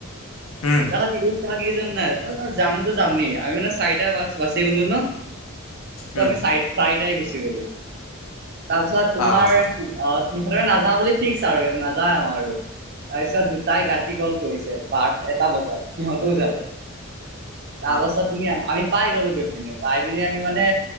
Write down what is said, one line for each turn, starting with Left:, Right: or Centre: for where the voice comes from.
Left: হম
Right: টকা ত্ৰিৰিশ টকা দি আছা নাই যামতো যামেই আমি মানে চাৰিটা বাচি গলো ন ত
Left: উম
Right: আমি চাই চাৰিটাই গুচি গলো তাৰপিছত তোমাৰ
Left: আহ
Right: অ সিহঁতেৰে নাযাওঁ বুলি ঠিকছ আৰু নাযাওঁ আৰু তাৰপিছত দুটাই
Left: উম
Right: গাটতি গ'ল কৰিছে বাট এটা বজাত সিহঁতও যাব তাৰপাছত
Left: অ
Right: তুমি আমি পাই গ'লো গৈ পিনে পাই পিনে আমি মানে